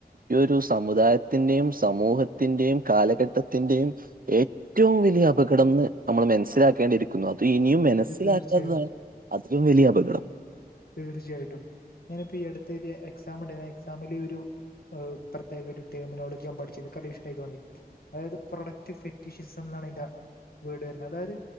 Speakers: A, on the right; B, on the left.
A: ഈ ഒരുസമുദായത്തിന്റെയും സമൂഹത്തിന്റെയും കാലഘട്ടത്തിന്റെയും ഏറ്റവുംവെലിയ അപകടംന്ന് ന്നമ്മൾ മെൻസ്സിലാക്കേണ്ടിരി കുന്നത് അത്ഇനിയും മെൻസ്സിലാക്കാത്തതാണ്
B: തീർച്ചയായും
A: അതിലും വെലിയഅപകടം.
B: തീർച്ചയായിട്ടും ഞാനിപ്പോ ഈ അട്ത്ത് എഴുതിയഎക്സാംണ്ട് ആഎക്സാമില് ഒരു ഹ് പ്രത്യേകഒരു ടെർമിനോളിജിഞാൻ പഠിച്ചിഇൻകല്ലഇഷ്ടമായി തോന്നി അതായത് പ്രൊഡക്റ്റ്ഫ് റ്റിശിസം എന്നാണ്അയ്‌ന്റെ വേഡ് വരുന്നത് അതായത്